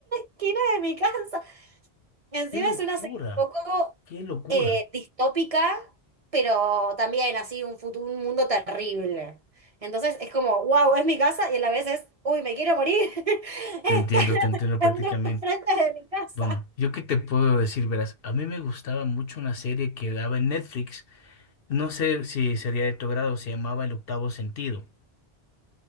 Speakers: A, on the right; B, on the left.
A: esquina de mi casa! Encima
B: Qué locura,
A: es una serie un poco
B: qué locura.
A: eh, distópica, pero también así un futuro, un mundo terrible. Entonces es como, wow, es mi casa y a la vez es, uy, me quiero morir. <laughs> Están
B: Te entiendo, te entiendo
A: atacando
B: prácticamente.
A: enfrente de mi casa.
B: Bueno, yo qué te puedo decir, verás, a mí me gustaba mucho una serie que daba en Netflix, no sé si sería de tu grado, se llamaba El Octavo Sentido.